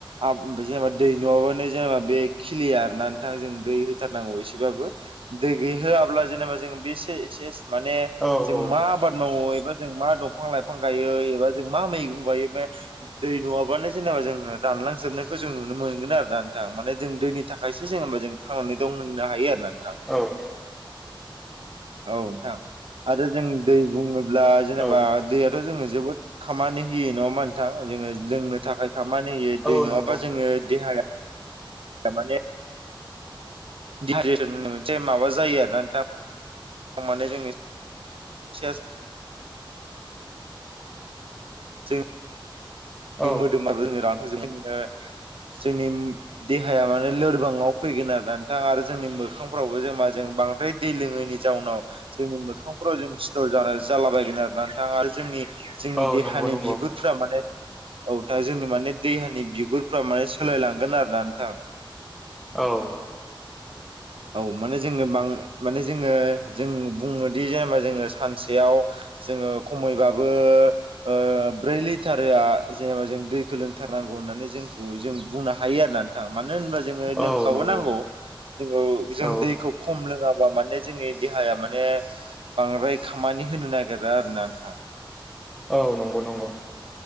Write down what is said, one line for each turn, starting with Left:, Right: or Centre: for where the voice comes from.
Right: आब आमफाय जेनेबा दै नङाबानो जेनेबा बे खिलिआ आरोना नोंथां जों दै हो थारनांगौ एसेबाबो। दै गै होआब्ला जेनेबा जों बे से-सेस माने
Centre: औ
Right: जों
Centre: औ
Right: मा आबाद मावो एबा जों मा दंफां लाइफां गायो एबा जों मा मैगं गायो बे दै नङाबानो जेने। जों रानलांजोबनायखौ जों नुनो मोनो आरो ना नोंथां माने जों दैनि थाखायसो जों होमबा जों थांनानै दं होननो हायो आरो ना नोंथां।
Centre: औ
Right: औ नोंथां आरो जों दै बुङोब्ला जेनेबा
Centre: औ
Right: दैयाथ' जोङो जोबोद खामानि जेनिखि नङा होमबा नोंथां जोङो लोंनो थाखाय खामानि होयो
Centre: औ
Right: दै नङाबा
Centre: नंगौ
Right: जोङो देहाया थार माने माबा जायो आरोना नोंथां। माने जों बिसेस जों
Centre: औ
Right: मोदोमाबो जोङो रानखांजोबो जोंनि देहाया माने लोरबाङाव फैगोन आरो नोंथां आरो जोंनि मोखांफ्रावबो जों जेनबा जों बांद्राय दै लोङैनि जाउनाव जोंनि मोखांफ्राव जों सिथर जालाबायगोन आरो नोंथां आरो जोंनि जोंनि
Centre: औ
Right: देहानि
Centre: नंगौ नंगौ
Right: बिगुरफ्रा माने औ नोंथां जोंनि माने दैेहानि बिगुरफ्रा माने सोलायलांगोन आरोना नोंथां
Centre: औ
Right: औ माने जोङो बां माने जोङो जों बुङोदि जेनेबा जोङो सानसेयाव जोङो खमैबाबो ओ ब्रै लिटारआ जेनेबा जों दैखौ लोंथारनांगौ होननानै जोंखौ जों बुंनो हायो आरो ना नोंथां मानो होनबा जोङो
Centre: औ
Right: लोंखाबोनांगौ
Centre: नंगौ
Right: ओ जों
Centre: औ
Right: दैखौ खम लोङाबा माने जोंनि देहाया माने बांद्राय खामानि होनो नागिरा आरोना नोंथां।
Centre: औ नंगौ नंगौ।